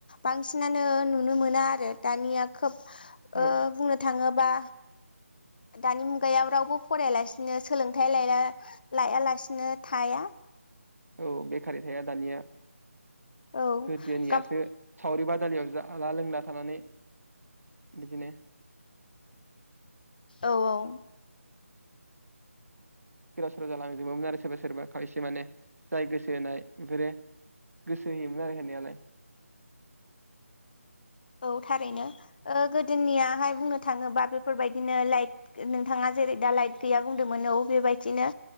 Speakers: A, on the left; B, on the right.
A: बांसिनानो नु नो मोना आरो दानिया खोब ओ
B: औ
A: बुंनो थाङो बा दानि मुगायाव रावबो फरायालासिनो सोलोंथाइ लाया लायालासिनो थाया।
B: औ बेखारै थाया दानिया।
A: औ
B: गोदोनियासो
A: गाब
B: सावरि बादायनायाव जा जाला लोंला थानानै बिदिनो
A: औ औ
B: गोदाव सोराव जालांजोबोमोन आरो सोरबा सोरबा खायसे माने जाय गोसो होनाय बेफोरो गोसो होयोमोन आरो होनायालाय।
A: औ थारैनो ओ गोदोनियाहाय बुंनो थाङोबा बेफोरबायदिनो लाइट नोंथाङा जेरै दा लाइट गैया बुंदोंमोन औ बेबायदिनो